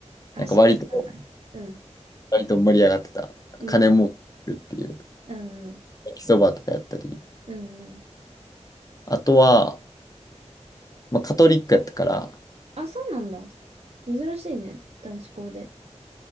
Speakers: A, on the right; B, on the left.
A: あ、
B: なんか割と、
A: 縛りなんだ。うん。
B: 割と盛り上がってた。
A: うん。
B: 金儲けっていう、
A: うんうん。
B: 焼きそばとかやったり。
A: うんうん。
B: あとは、まあ、カトリックやったから、
A: あ、そうなんだ。珍しいね。男子校で。